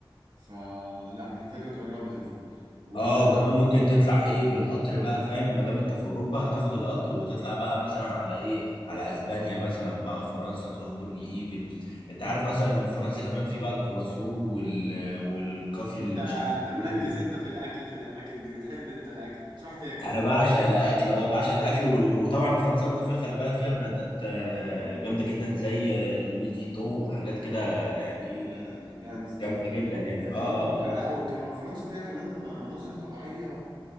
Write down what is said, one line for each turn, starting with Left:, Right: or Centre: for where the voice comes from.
Right: فلا محتاج اجربها دي وانت
Left: اه وكمان ممكن تطلع ايه بالقطر بقى فاهم ما دام انت في اوروبا هتاخد القطر وتطلع بقى مثلا على ايه على اسبانيا مثلا بقى فرنسا تروح برج ايفل انت عارف اصلا ان في فرنسا كمان في بقى الكرواسون وال... والكافي اللي
Right: انت
Left: مش عارف
Right: مركز
Left: ايه
Right: انت في الاكل في الاماكن دي بتحب انت الاكل بتروح تاكل
Left: انا بعشق الاكل اه بعشق الاكل وال... وطبعا فرنسا برضو فيها خلي بالك فيها براندات آه، جامده جدا زي آه، لوي فيتون وحاجات كده يعني
Right: ال- البراندز دي
Left: جامده جدا
Right: حلو
Left: يعني
Right: هي فرنسا
Left: اه اه
Right: وكمان
Left: اه
Right: لا وكمان فرنسا فيها كمان م- مناظر طبيعيه